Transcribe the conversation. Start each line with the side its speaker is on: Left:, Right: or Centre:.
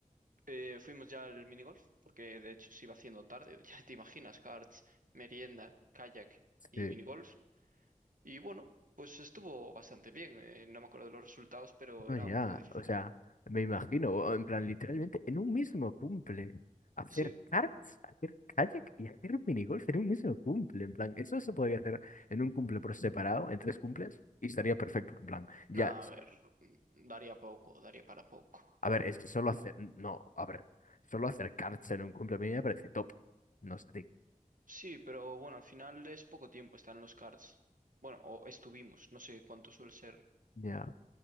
Right: eh, fuimos ya al minigolf, porque de hecho se iba haciendo tarde, <laughs> ya te imaginas, karts, merienda, kayak y
Left: Sí.
Right: minigolf. Y bueno, pues estuvo bastante bien. eh, no me acuerdo de los resultados, pero
Left: No,
Right: era
Left: ya,
Right: un poco difícil.
Left: o sea, me imagino, o- en plan, literalmente, en un mismo cumple, hacer
Right: Sí,
Left: karts, hacer kayak y hacer minigolf en un mismo cumple, en plan, eso se podría hacer en un cumple por separado, en tres cumples, y estaría perfecto, en plan, ya,
Right: nada,
Left: es-
Right: a ver, mm, daría poco, daría para poco.
Left: a ver, es que solo hacer, no, a ver, solo hacer karts en un cumple a mí me parece top, no sé a ti.
Right: Sí, pero bueno, al final es poco tiempo estar en los cards. Bueno, o estuvimos, no sé cuánto suele ser,
Left: Ya,